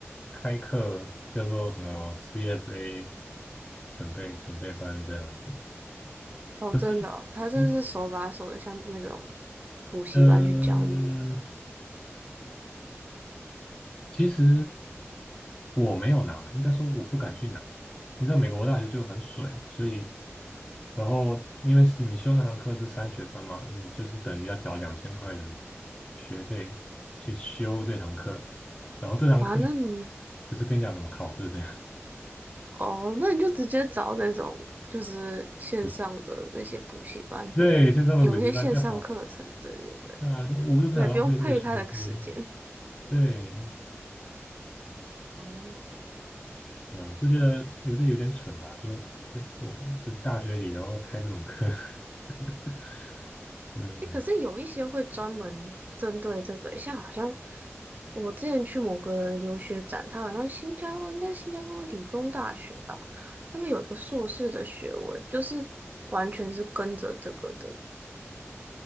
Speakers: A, on the left; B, on the right.
A: 开课，叫做什么 CFA 准备准备班这样子。
B: 哦，
A: 可是
B: 真的哦他真的是手把手的，
A: 你
B: 像那种补习班去教你
A: 嗯，其实我没有拿，应该说我不敢去拿。你知道美国大学就很水，所以然后因为是你修那堂课是三学分嘛，你就是等于要缴两千块的学费去修这堂课，然后这堂课
B: 啊。那你
A: 只是跟你讲怎么考试这样。
B: 哦，那你就直接找那种就是线上的那些补习班会有那些线上课程，
A: <laughs> 对，先上的补习班就好了。
B: 对对对，
A: 对啊，就我又不想浪费这个时间。
B: 你也不用配他的时间。
A: 对，
B: 哦，
A: 对啊，我是觉得我这有点蠢啦，就就我就大学里然后开这种课，<laughs> 嗯，
B: 诶，可是有一些会专门针对这个，像好像我之前去某个留学展，他好像新加坡应该是新加坡理工大学吧，他们有一个硕士的学位，就是完全是跟着这个的。